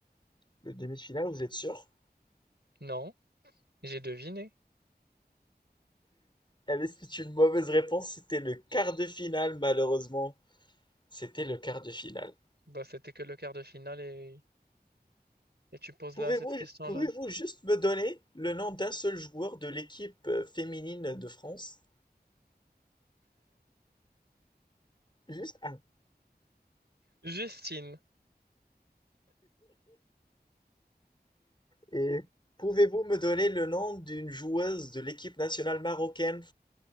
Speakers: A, on the left; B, on the right.
A: Le demi-finale, vous êtes sûr?
B: Non, j'ai deviné.
A: Allez, c'est une mauvaise réponse, c'était le quart de finale, malheureusement. C'était le quart de finale.
B: Bah, c'était que le quart de finale et, et tu poses
A: Pouvez-vous,
B: là cette question-là.
A: pouvez-vous juste me donner le nom d'un seul joueur de l'équipe euh, féminine de France? Juste un.
B: Justine,
A: Et pouvez-vous me donner le nom d'une joueuse de l'équipe nationale marocaine?